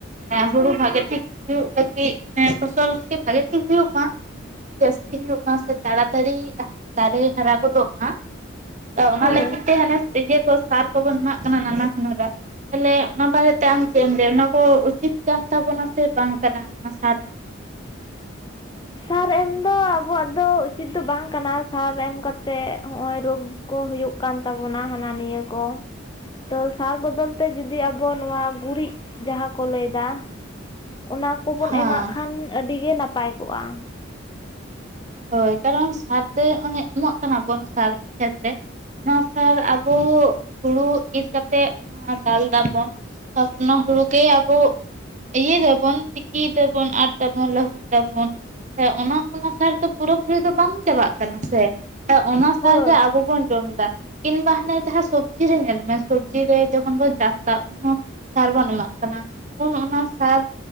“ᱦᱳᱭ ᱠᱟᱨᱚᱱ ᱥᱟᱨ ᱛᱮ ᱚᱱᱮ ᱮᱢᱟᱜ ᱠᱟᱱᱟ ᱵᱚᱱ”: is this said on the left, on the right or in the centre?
Right